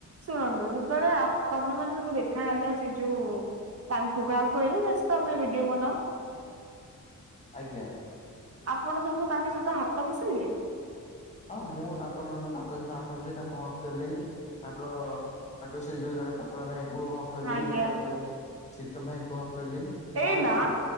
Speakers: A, on the right; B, on the left.
A: ଶୁଣନ୍ତୁ ସେତେବେଳେ ଆପଣ ମାନେ ତାୁ ଦେଖାହେଲା ସେଇଠ ଯଉ ତାଙ୍କୁ କାହାକୁ କହିଲ ଯା ସହିତ ଆମେ ଭିଡିଓ ବନାଉ।
B: ଆଜ୍ଞା।
A: ଆପଣ ସବୁ ତାଙ୍କ ସହିତ ହାତ ମିଶେଇଲେ?
B: ହଁ ମୁଁ ତାଙ୍କ ମୁଁ ତାଙ୍କ ସହିତ ଆତ୍ ମିଶ ତାଙ୍କ ହଗ୍ କଲି ଆଗ ଆଗ ସେ ଯୋଉ ଜଣେ ପତଳା ଭାଇ କୁ ହଗ୍
A: ଆଜ୍ଞା।
B: ତାପରେ ଶୀତମ୍ ଭାଇଙ୍କୁ ହ ଗ୍ କଲି। କି କଣ
A: ଏଇ
B: ହେଲା
A: ନା
B: କି?